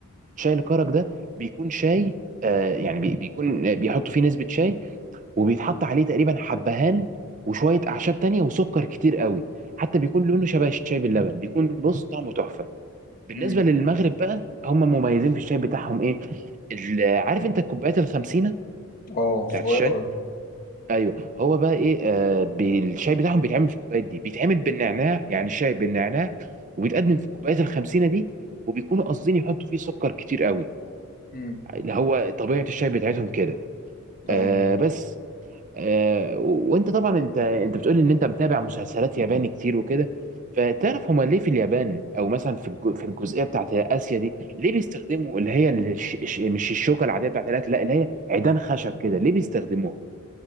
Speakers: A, on the right (about 35°); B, on the left (about 40°).
A: شاي الكرك ده بيكون شاي آه يعني بي- بيكون بيحطوا فيه نسبة شاي وبيتحط عليه تقريبا حبهان وشوية أعشاب تانية وسكر كتير قوي حتى بيكون لونه شبه الشاي باللبن بيكون بص طعمه تحفة بالنسبة
B: امم
A: للمغرب بقى هم مميزين في الشاي بتاعهم إيه ال- عارف أنت الكوبايات الخمسينة
B: اه
A: بتاعت
B: صغيرة
A: الشاي
B: دي.
A: ايوه هو بقى ايه آه بي- الشاي بتاعهم بيتعمل في الكوبايات دي بيتعمل بالنعناع يعني الشاي بالنعناع وبيتقدم في الكوبايات الخمسينة دي وبيكونوا قاصدين يحطوا فيه سكر كتير قوي
B: امم
A: اللي هو طبيعه الشاي بتاعتهم كده
B: ايوه
A: آه بس آه وانت طبعا انت انت بتقول ان انت متابع مسلسلات ياباني كتير وكده فتعرف هما ليه في اليابان او مثلا في الج- في الجزئيه بتاعت اسيا دي ليه بيستخدموا اللي هي الش... الش- مش الشوكه العاديه بتاعت الاكل لا اللي هي عيدان خشب كده ليه بيستخدموها